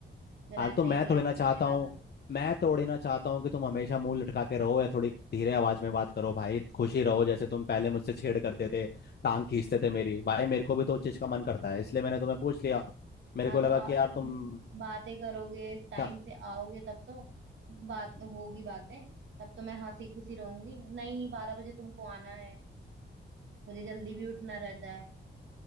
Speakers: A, on the right; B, on the left.
A: जब
B: अरे
A: ऐसा
B: तो मैं
A: ही रिएक्शन
B: थोड़ी ना चाहता
A: देना
B: हूँ
A: था
B: मैं थोड़ी ना चाहता हूँ कि तुम हमेशा मुंह लटका के रहो या थोड़ी धीरे आवाज में बात करो भाई खुशी रहो जैसे तुम पहले मुझसे छेड़ करते थे टांग खींचते थे मेरी भाई मेरे को भी तो उस चीज का मन करता है इसलिए मैंने तुम्हें पूछ लिया मेरे
A: हाँ
B: को
A: तो
B: लगा
A: आ,
B: कि यार तुम
A: बातें करोगे टाइम
B: क्या
A: से आओगे तब तो बात होगी बातें तब तो मैं हंसी खुशी रहूंगी नहीं बारह बजे तुमको आना है मुझे जल्दी भी उठना रहता है